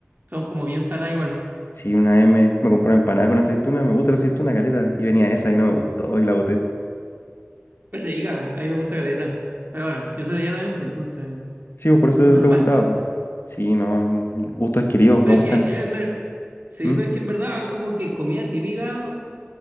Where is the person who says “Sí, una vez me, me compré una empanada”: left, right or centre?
Left